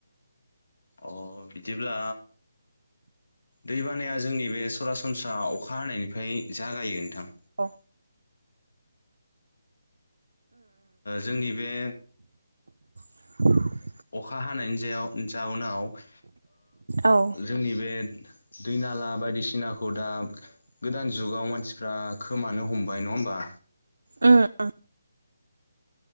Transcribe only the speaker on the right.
औ।
<unintelligible>
औ उम
उओ उओ।